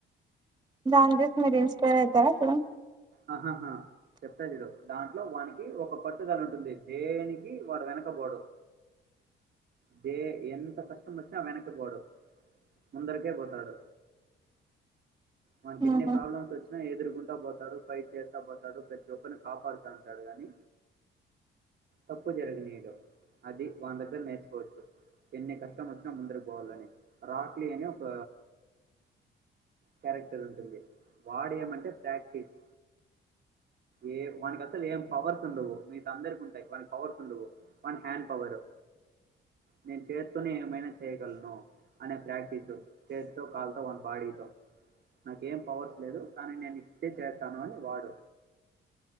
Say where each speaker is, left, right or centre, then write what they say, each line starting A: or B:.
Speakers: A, on the right; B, on the right.
A: దాన్ని చూసి మీరు ఇన్స్పైర్ అయితరా అప్పుడు
B: ఆహాహా చెప్తా చూడు దాంట్లో వానికి ఒక పట్టుదల ఉంటుంది దేనికి వాడు వెన బోడు దే ఎంత కష్టం వచ్చిన వెనక్కి బోడు ముందరికే బోతాడు
A: <inaudible>
B: వానికిన్ని
A: ఇప్పుడు
B: ప్రాబ్లమ్స్ వచ్చినా ఎదుర్కుంటా బోతాడు ఫైట్ చేస్తా పోతాడు ప్రతి ఒక్కరిని కాపాడతాంటడు కాని తప్పు జరగనీయడు అది వాని దగ్గర నేర్చుకోవచ్చు ఎన్ని కష్టం వచ్చినా ముందరకి పోవాలని రాక్లీ అని ఒక క్యారెక్టర్ ఉంటుంది వాడు ఏమంటే ప్రాక్టీస్ ఏ వానికసలు ఏం పవర్స్ ఉండవు మిగతా అందరికుంటాయి వాన్ పవర్స్ ఉండవు వాని హ్యాండ్ పవరు
A: <inaudible>
B: నేను చేత్తోనే ఏమైనా చేయగలను అనే ప్రాక్టీసు చేత్తో కాల్తో వాన్ బాడీతో నాకేం పవర్స్ లేదు కానీ నేను ఇట్టే చేస్తాను అని వాడు